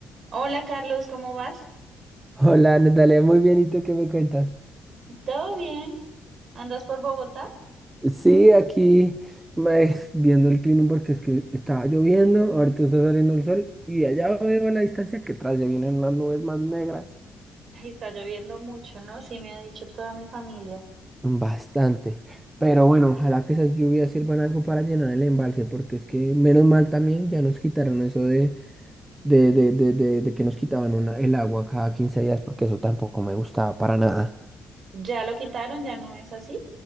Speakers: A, on the right; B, on the right.
A: Hola Carlos, ¿cómo vas?
B: Hola, Natalia, muy bien. ¿Y tú qué me cuentas?
A: ¿Todo bien? ¿Andas por Bogotá?
B: Sí, aquí me, viendo el clima porque es que estaba lloviendo, ahorita está saliendo el sol y allá veo a la distancia que atrás ya vienen unas nubes más negras.
A: Ay, está lloviendo mucho, ¿no? Sí, me ha dicho toda mi familia.
B: Bastante. Pero bueno, ojalá que esas lluvias sirvan algo para llenar el embalse, porque es que menos mal también ya nos quitaron eso de, de, de, de, de, de que nos quitaban una, el agua cada 15 días, porque eso tampoco me gustaba para nada.
A: ¿Ya lo quitaron? ¿Ya no es así?